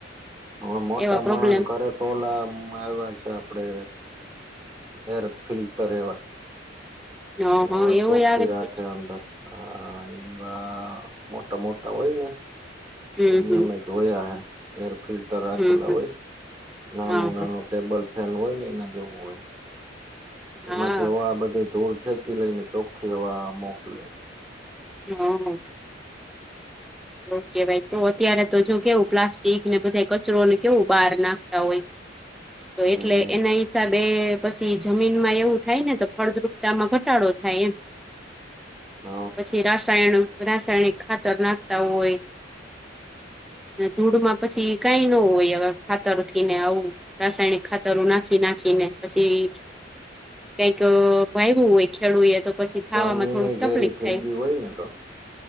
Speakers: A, on the right; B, in the centre.
A: હવે મોટા
B: એવા પ્રોબ્લેમ
A: માણહ કર તોલામાં આવ્યા છે, આપડે એર ફિલ્ટર એવા
B: હ હા
A: હવા
B: એવું
A: ચોખ્ખી
B: આવે
A: રાખે
B: છે
A: અંદર હા એવા મોટા મોટા હોય ને
B: હમ
A: અહયામે
B: હમ
A: જોયા હે એર ફિલ્ટર રાખેલા
B: હમ હમ
A: હોય નાનું
B: હા
A: નાનું ટેબલ ફેલ હોય ને એના જેવું હોય
B: હા
A: એમાંથી હવા બધે ધૂળ ખેંચી લઈ ને ચોખ્ખી હવા મોકલે
B: <inaudible> ઓકે ભાઈ તો અત્યારે તો જો કેવું પ્લાસ્ટિક ને બધા કચરો ને કેવું બહાર નાખતા હોય તો
A: હમ
B: એટલે એના હિસાબે પછી જમીનમાં એવું થાય ને તો ફળદ્રુપતામાં ઘટાડો થાય એમ
A: હ
B: પછી રાસાયણ રાસાયણિક ખાતરના તા હોય ધૂળમાં પછી કાઈ ન હોય હવે ખાતરથી ને આવું રાસાયણિક ખાતરો નાખી નાખીને પછી કઈક વહેવું હોય ખેડું એ તો પછી થાવામાં
A: જમીન
B: થોડુંક
A: ય
B: તકલીફ
A: ઝેરી થઈ
B: થાય
A: ગઈ હોય ને તો